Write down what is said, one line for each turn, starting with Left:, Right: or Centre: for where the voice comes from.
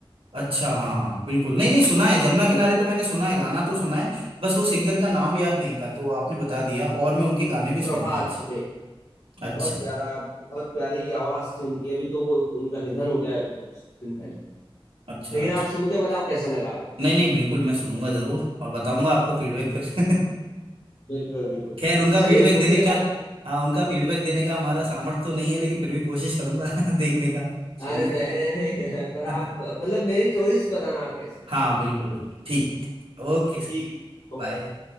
Right: अच्छा हाँ हाँ बिल्कुल नहीं नहीं सुना है जमुना किनारे तो मैंने सुना है गाना तो सुना है बस वो सिंगर का नाम याद नहीं था तो आपने बता दिया और मैं उनके गाने भी सुनूंगा
Left: प्रभा
Right: आज
Left: अत्रे
Right: अच्छा
Left: बहुत प्यारा बहुत प्यारी आवाज थी उनकी अभी तो वो उनका निधन हो गया है अभी कुछ दिन पहले
Right: अच्छा
Left: लेकिन
Right: अच्छा
Left: आप सुन के बताओ कैसा लगा आपको
Right: नहीं नहीं बिल्कुल मैं सुनूंगा जरूर और बताऊंगा आपको फीडबैक फिर <laughs>
Left: बिल्कुल बिल्कुल
Right: खैर उनका
Left: चलिए
Right: फीडबैक
Left: होती
Right: देने
Left: है
Right: का
Left: बात
Right: हाँ उनका फीडबैक देने का हमारा सामर्थ्य तो नहीं है लेकिन फिर भी कोशिश करूंगा <laughs> देखने का सुनने
Left: अरे नहीं
Right: का
Left: नहीं नहीं <laughs> पर
Right: <laughs>
Left: आप मतलब मेरी चॉइस बताना आप कैसी
Right: हाँ
Left: है।
Right: बिल्कुल बिल्कुल ठीक ठीक ओके सर
Left: <laughs> ठीक ओके
Right: बाय